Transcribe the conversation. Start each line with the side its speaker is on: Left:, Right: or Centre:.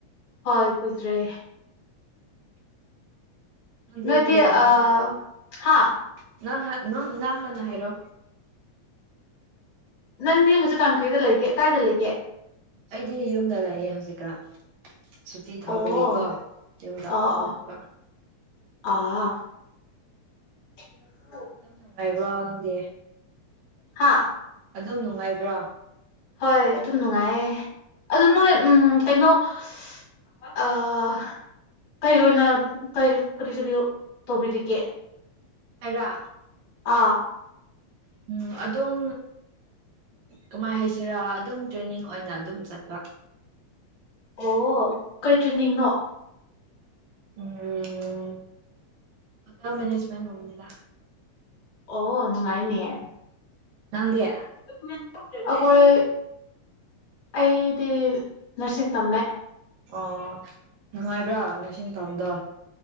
Left: ꯍꯣꯏ ꯀꯨꯏꯗ꯭ꯔꯦ
Right: ꯅꯪꯗꯤ
Left: ꯅꯣꯏꯗꯤ
Right: ꯀ꯭ꯔꯤ ꯇꯝ
Left: ꯑ ꯍꯥ
Right: <unintelligible> ꯅꯪ ꯍꯥꯟꯅ ꯍꯥꯏꯔꯣ
Left: ꯅꯪꯗꯤ ꯍꯨꯖꯤꯛꯀꯥꯡ ꯀꯩꯗ ꯂꯩꯒꯦ ꯀꯥꯏꯗ ꯂꯩꯒꯦ
Right: ꯑꯩꯗꯤ ꯌꯨꯝꯗ ꯂꯩꯌꯦ ꯍꯧꯖꯤꯛꯀꯥꯟ ꯁꯨꯠ ꯇꯤ ꯊꯥꯕꯒꯤ
Left: ꯑꯣ
Right: ꯀꯣ ꯌꯨꯝꯗ
Left: ꯑꯣ
Right: <unintelligible>
Left: ꯑꯣ ꯑꯥ <inaudible>
Right: ꯅꯨꯡꯉꯥꯏꯕ꯭ꯔꯣ ꯅꯪꯗꯤ
Left: ꯍꯥ
Right: ꯑꯗꯨꯝ ꯅꯨꯡꯉꯥꯏꯕ꯭ꯔꫭ
Left: ꯍꯣꯏ ꯑꯗꯨꯝ ꯅꯨꯡꯉꯥꯏꯌꯦ ꯑꯗꯨ ꯅꯣꯏ ꯎꯝ ꯀꯩꯅꯣ <unintelligible> ꯑꯥ ꯀꯔꯤ ꯑꯣꯏꯅ ꯀꯔꯤ ꯀꯔꯤ ꯀꯔꯤ ꯇꯧꯕꯤꯔꯤꯒꯦ
Right: ꯑꯩꯔ
Left: ꯑꯥ
Right: ꯎꯝ ꯑꯗꯨꯝ ꯀꯝꯃꯥꯏ ꯍꯥꯏꯁꯤꯔ ꯑꯗꯨꯝ ꯇ꯭ꯔꯦꯅꯤꯡ ꯑꯣꯏꯅ ꯑꯗꯨꯝ ꯆꯠꯄ
Left: ꯑꯣ ꯀꯩ ꯇ꯭ꯔꯦꯅꯤꯡꯅꯣ
Right: ꯎꯝ ꯍꯣꯇꯦꯜ ꯃꯦꯅꯦꯁꯃꯦꯟ ꯒꯨꯝꯕꯅꯤꯗ
Left: ꯑꯣ ꯅꯨꯡꯉꯥꯏꯅꯤꯌꯦ
Right: ꯅꯪꯗꯤ
Left: <unintelligible> ꯑꯈꯣꯏ ꯑꯩꯗꯤ ꯅꯔꯁꯤꯡ ꯇꯝꯃꯦ
Right: ꯑꯣ ꯅꯨꯡꯉꯥꯢꯕ꯭ꯔꯥ ꯅ꯭ꯔꯁꯤꯡ ꯇꯝꯗꯣ